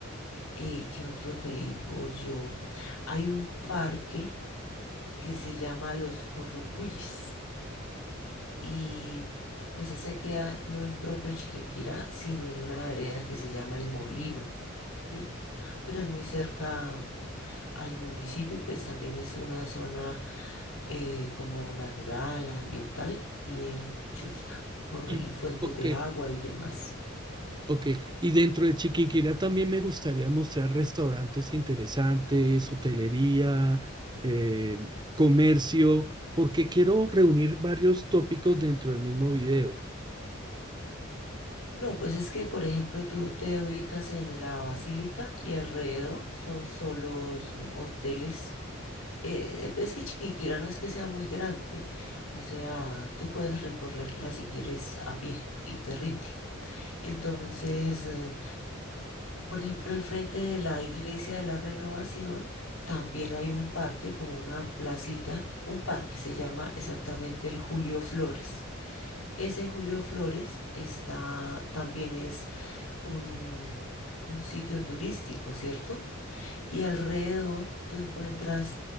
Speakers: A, on the left; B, on the right.
A: Eh, ¿qué otro te digo yo? Hay un parque que se llama Los Currucuyes y pues esa queda no en propio Chiquinquirá, sino en una vereda que se llama El Molino, ¿m? pero es muy cerca al municipio y pues también es una zona eh, como natural, ambiental, bien chusca, corre
B: Y,
A: las fuentes
B: ok,
A: de agua y demás.
B: ok. Y dentro de Chiquinquirá también me gustaría mostrar restaurantes interesantes, hotelería, eh, comercio, porque quiero reunir varios tópicos dentro del mismo video.
A: No, pues es que, por ejemplo, tú te ubicas en la Basílica y alrededor son solos hoteles Eh, eh, es que Chiquinquirá no es que sea muy grande, o sea, tú puedes recorrerla si quieres a pie y te rinde. Entonces, eh, por ejemplo, al frente de la Iglesia de la Renovación también hay un parque, como una placita, un parque se llama exactamente el Julio Flores. Ese Julio Flores está, también es un, un sitio turístico, ¿cierto? Y alrededor tú encuentras